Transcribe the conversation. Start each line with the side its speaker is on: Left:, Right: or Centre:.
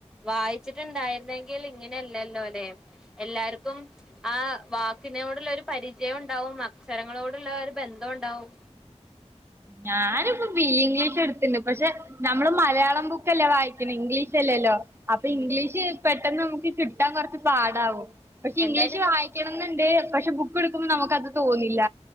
Centre: വായിച്ചിട്ടുണ്ടായിരുന്നെങ്കിൽ ഇങ്ങനെയല്ലല്ലോ എല്ലാർക്കും ആ വാക്കിനോടുള്ള ഒരു പരിചയം ഉണ്ടാവും. അക്ഷരങ്ങളോടുള്ള ഒരു ബന്ധം ഉണ്ടാവും.
Right: ഞാനിപ്പം ബി എ ഇംഗ്ലീഷ് എടുത്തിണ്ട്. പക്ഷെ, നമ്മള് മലയാളം ബുക്കല്ലേ വായിക്കണ്. ഇംഗ്ലീഷ് അല്ലല്ലോ. അപ്പൊ
Centre: ഉം
Right: ഇംഗ്ലീഷ് പെട്ടെന്ന് നമുക്ക് കിട്ടാൻ കുറച്ച് പാടാവും. പക്ഷെ
Centre: എന്തായാലും
Right: ഇംഗ്ലീഷ് വായി ക്ക്ണം എന്നുണ്ട്. പക്ഷെ ബുക്ക് എടുക്കുമ്പോ നമുക്ക് അത് തോന്നില്ല.